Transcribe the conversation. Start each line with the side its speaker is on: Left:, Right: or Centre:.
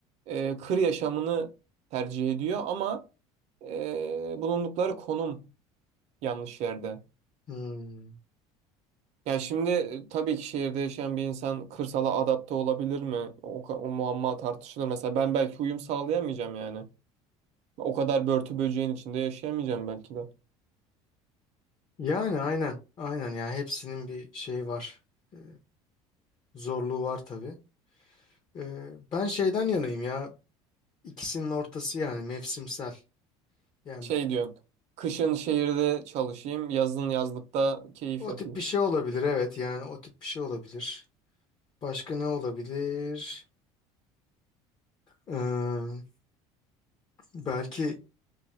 Right: e, kır yaşamını tercih ediyor ama e, bulundukları konum yanlış yerde.
Left: Hmm.
Right: Ya şimdi e, tabii ki şehirde yaşayan bir insan kırsala adapte olabilir mi? O, ka- o muamma tartışılır. Mesela ben belki uyum sağlayamayacağım yani. O kadar börtü böceğin içinde yaşayamayacağım belki de.
Left: Yani aynen aynen ya hepsinin bir şeyi var. E, zorluğu var tabii. E, ben şeyden yanayım ya İkisinin ortası yani mevsimsel. Yani
Right: Şey diyorsun. Kışın şehirde çalışayım, yazın yazlıkta keyif
Left: o
Right: yapayım.
Left: tip bir şey olabilir evet yani o tip bir şey olabilir. Başka ne olabilir? Ee, belki